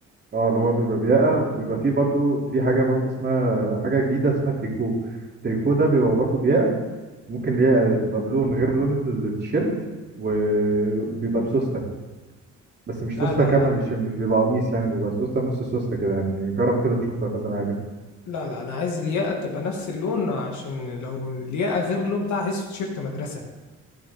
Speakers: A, on the right; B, on the left.
A: اه اللي هو بيبقى بياقة وبيبقى فيه برضو في حاجة برضو اسمها حاجة جديدة اسمها تريكو التريكو ده بيبقى برضو بياقة ممكن الياقة تبقى بلون غير لون التيشيرت وبيبقى بسوستة بس مش
B: لا
A: سوسته
B: لا
A: كامله
B: لا
A: مش مش بيبقى قميص يعني بيبقى سوسته نص سوسته كده يعني جرب كده تشوف يا فندم هيعجبك
B: لا لا انا عايز الياقه تبقى نفس اللون عشان لو الياقه غير اللون بتاعها هيسو تيشيرت مدرسه